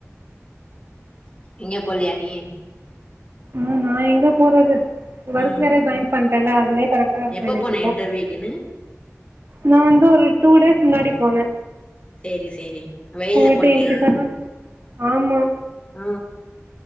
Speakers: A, on the left; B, on the right.
A: இங்க போலியா நீ
B: ஆ நான் எங்க போறது ஒர்க்
A: ம்
B: வேற ஜாயின் பண்டேன்ல அதுவே கரெக்டா இருக்
A: எப்ப
B: எனக்
A: போன
B: இப்போ
A: இன்டர்வியூக்குன்னு
B: நான் வந்து ஒரு டூ டேஸ் முன்னாடி போனே
A: சரி சரி வெய்ல்ல
B: போயிட்டு
A: போனியா
B: இன்னைக்கு சொன்னாங்க ஆமா
A: ஆ